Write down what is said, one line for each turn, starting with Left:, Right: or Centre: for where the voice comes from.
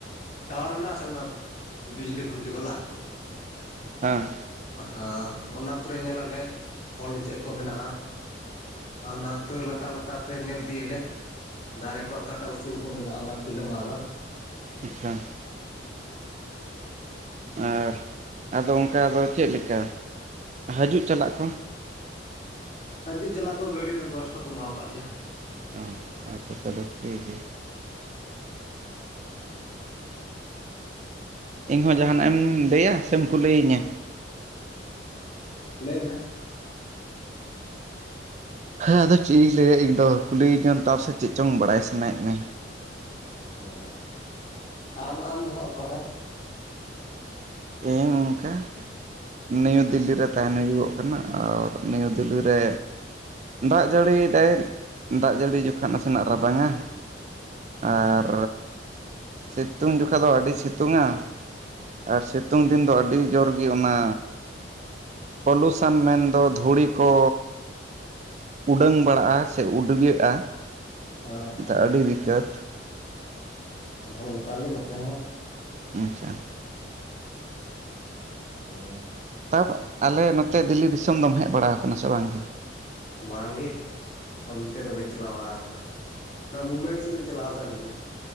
Left: ᱴᱟᱣᱟᱨ ᱢᱮᱱᱟᱜ ᱥᱮ ᱚᱱᱟ ᱵᱤᱡᱽᱞᱤ ᱠᱷᱩᱱᱴᱤ ᱚᱞᱟ
Right: ᱦᱮᱸ
Left: ᱦ ᱚᱱᱟ ᱠᱚᱨᱮ ᱧᱮ ᱟᱞᱮ ᱚᱞ ᱪᱮᱫ ᱠᱚ ᱢᱮᱱᱟᱜᱼᱟ ᱟᱨ ᱚᱱᱟ ᱞᱟᱛᱟᱨ ᱞᱟ ᱞᱟᱛᱟᱨ ᱛᱮ ᱧᱮᱞ ᱤᱫᱤᱭᱟᱞᱮ ᱫᱟᱨᱮ ᱠᱚᱣᱟᱜ ᱚᱠᱟᱴᱟ ᱩᱥᱩᱞ ᱠᱚ ᱢᱮᱱᱟᱜᱼᱟ ᱚᱱᱟ ᱠᱚᱞᱮ ᱢᱟᱜᱟ
Right: ᱟᱪᱪᱷᱟ <unintelligible>
Left: ᱦᱩᱸ
Right: ᱟᱨ
Left: <inaudible>
Right: ᱟᱫᱚ ᱚᱱᱠᱟ ᱫᱚ ᱪᱮᱫ ᱞᱮᱠᱟ ᱦᱤᱡᱩᱜ ᱪᱟᱞᱟᱜ ᱠᱚ?
Left: ᱦᱟᱹᱡᱩᱜ ᱪᱟᱞᱟᱜ ᱠᱚ ᱜᱟᱹᱲᱤ ᱨᱮᱱᱟᱜ ᱵᱮᱵᱚᱥᱛᱟ ᱠᱚ ᱮᱢᱟᱣ ᱠᱟᱜ ᱞᱮᱭᱟ᱾
Right: ᱚᱸ ᱟᱪᱪᱷᱟ ᱪᱚᱞᱚ ᱴᱷᱤᱠ ᱜᱮᱭᱟ᱾ ᱤᱧ ᱦᱚᱸ ᱡᱟᱦᱟᱱᱟᱜ ᱮᱢ ᱞᱟᱹᱭᱟ ᱥᱮᱢ ᱠᱩᱞᱤᱭᱤᱧᱟᱹ?
Left: ᱞᱟᱹᱭ ᱢᱮ?
Right: ᱦᱮᱸ ᱟᱫᱚ ᱪᱮᱜ ᱤᱧ ᱞᱟᱹᱭᱟ ᱤᱧ ᱫᱚ ᱠᱩᱞᱤᱧᱟᱢ ᱛᱟ ᱥᱮ ᱪᱮᱜ ᱪᱚᱝ ᱵᱟᱲᱟᱭ ᱥᱟᱱᱟᱭᱮᱜ ᱢᱮ?
Left: ᱚ ᱟᱢ ᱟᱢ ᱫᱚ ᱦᱟᱸᱜ ᱚᱠᱟ ᱨᱮ?
Right: ᱤᱧ ᱚᱝᱠᱟ ᱱᱤᱭᱩ ᱫᱤᱞᱞᱤ ᱨᱮ ᱛᱟᱦᱮᱱ ᱦᱩᱭᱩᱜᱚᱜ ᱠᱟᱱᱟ, ᱟᱨ ᱱᱤᱭᱩ ᱫᱤᱞᱞᱤ ᱨᱮ ᱫᱟᱜ ᱡᱟᱹᱲᱤᱭ ᱮᱫᱟᱭ᱾ ᱫᱟᱜ ᱡᱟᱹᱲᱤ ᱡᱚᱠᱷᱚᱱ ᱱᱟᱥᱮᱱᱟᱜ ᱨᱟᱵᱟᱝᱟ ᱾ ᱟᱨ ᱥᱤᱛᱩᱝ ᱡᱚᱠᱷᱟᱜ ᱫᱚ ᱟᱹᱰᱤ ᱥᱤᱛᱩᱝᱼᱟ᱾ ᱟᱨ ᱥᱤᱛ ᱥᱤᱛᱩᱝ ᱫᱤᱱ ᱫᱚ ᱟᱹᱰᱤ ᱡᱳᱨ ᱜᱮ ᱚᱱᱟ ᱯᱚᱞᱩᱥᱚᱱ ᱢᱮᱱᱫᱚ ᱫᱷᱩᱲᱤ ᱠᱚᱼᱼ ᱩᱰᱟᱹᱝ ᱵᱟᱲᱟᱜᱼᱟ ᱥᱮ ᱩᱰᱜᱟᱹᱜᱼᱟ
Left: ᱦᱮᱸ
Right: ᱥᱮ ᱟᱹᱰᱤ ᱨᱤᱠᱟᱹᱛ
Left: ᱚᱱᱠᱟ ᱜᱮ ᱱᱚᱛᱮ ᱦᱚᱸ᱾
Right: ᱟᱪᱪᱷᱟ
Left: <unintelligible>
Right: ᱛᱟ ᱟᱞᱮ ᱱᱚᱛᱮ ᱫᱤᱞᱞᱤ ᱫᱤᱥᱚᱢ ᱫᱚᱢ ᱦᱮᱡ ᱵᱟᱲᱟᱣ ᱟᱠᱟᱱᱟ ᱥᱮ ᱵᱟᱝ?
Left: ᱵᱟᱝᱜᱮ, ᱚᱱᱛᱮ ᱫᱚ ᱵᱟᱹᱧ ᱪᱟᱞᱟᱣ ᱵᱟᱲᱟᱣ ᱠᱟᱱᱟ᱾ ᱱᱚᱣᱟ ᱢᱩᱢᱵᱟᱭ ᱠᱚᱥᱮᱫ ᱫᱩᱧ ᱪᱟᱞᱟᱣ ᱟᱠᱟᱱ ᱜᱮᱭᱟ ᱾